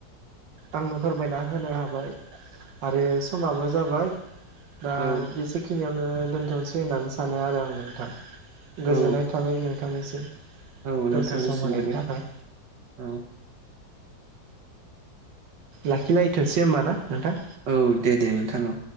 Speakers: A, on the right (about 85°); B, on the right (about 75°).
A: आंनो फोरमायना होनो हाबाय आरो समाबो जाबाय दा
B: औ
A: बेसे खिनियावनो दोनथ'नोसै होननानै सानो आरो आं नोंथां। गोजोननाय
B: औ
A: थाबाय नोंथांनिसिम
B: औ
A: दसे
B: नोंथांनिसिमबो
A: सम होनायनि
B: दे
A: थाखाय
B: औ
A: लाखिलायथ'सै होमबा ना नोंथां?
B: औ दे दे नोंथां औ